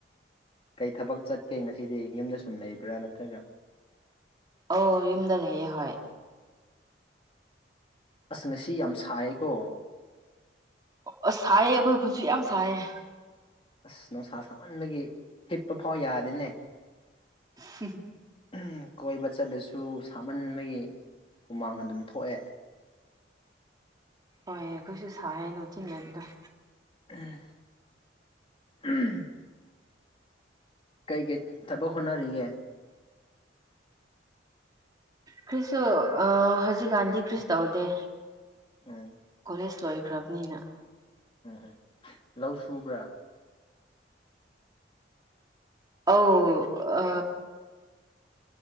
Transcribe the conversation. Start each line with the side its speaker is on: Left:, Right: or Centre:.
Left: ꯀꯩ ꯊꯕꯛ ꯆꯠꯀꯦ ꯉꯁꯤꯗꯤ ꯌꯨꯝꯗ ꯁꯨꯝ ꯂꯩꯕ꯭ꯔꯥ ꯅꯠꯇ꯭ꯔꯒ
Right: ꯑꯣ ꯌꯨꯝꯗ ꯂꯩꯌꯦ ꯍꯣꯏ
Left: ꯑꯁ ꯉꯁꯤ ꯌꯥꯝ ꯁꯥꯏꯌꯦ ꯀꯣ
Right: ꯑꯁ ꯁꯥꯏꯌꯦ ꯑꯩꯈꯣꯏ ꯈꯨꯟꯁꯨ ꯌꯥꯝ ꯁꯥꯏꯌꯦ
Left: ꯑꯁ ꯅꯨꯡꯁꯥ ꯁꯥꯃꯟꯕꯒꯤ ꯍꯤꯞꯄ ꯐꯥꯎ ꯌꯥꯗꯦꯅꯦ
Right: ꯍꯨꯝ
Left: ꯎꯝ ꯀꯣꯏꯕ ꯆꯠꯂꯁꯨ ꯁꯥꯃꯟꯕꯒꯤ ꯍꯨꯃꯥꯡ ꯑꯗꯨꯝ ꯊꯣꯛꯑꯦ
Right: ꯍꯣꯏ ꯑꯩꯈꯣꯏꯁꯨ ꯁꯥꯏ ꯅꯨꯡꯊꯤꯜ ꯂꯩꯕꯗꯣ
Left: ꯎꯝ ꯎꯝ ꯀꯩꯀꯩ ꯊꯕꯛ ꯍꯣꯠꯅꯔꯤꯒꯦ
Right: ꯈ꯭ꯔꯤꯁꯨ ꯑꯥ ꯍꯧꯖꯤꯛꯀꯥꯟꯗꯤ ꯈ꯭ꯔꯤꯁ ꯇꯧꯗꯦ
Left: ꯎꯝ
Right: ꯀꯂꯦꯖ ꯂꯣꯏ ꯄꯨꯈ꯭ꯔꯕꯅꯤꯅ
Left: ꯎꯝ ꯎꯝ ꯂꯧ ꯁꯨꯕ꯭ꯔꯥ
Right: ꯑꯥꯎ ꯑ